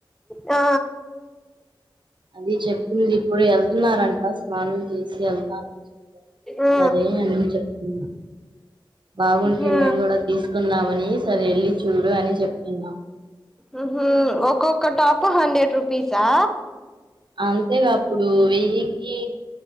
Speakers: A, in the centre; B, on the right (about 60°).
A: ఆ
B: అది చెప్తుంది ఇప్పుడు వెళ్తున్నారంట స్నానం చేసి వెళ్తానని చెప్ప
A: ఆ
B: సరే అని చెప్తున్నా బాగుంటే
A: ఉహు
B: మేము కూడా తీసుకుందాము మని సరే వెళ్ళి చూడు అని చెప్తున్
A: ఉ హు ఒక్కొక్క టాప్ హండ్రెడ్ రూపి పీసా
B: అంతేకా ఇప్పుడు వెయ్యికి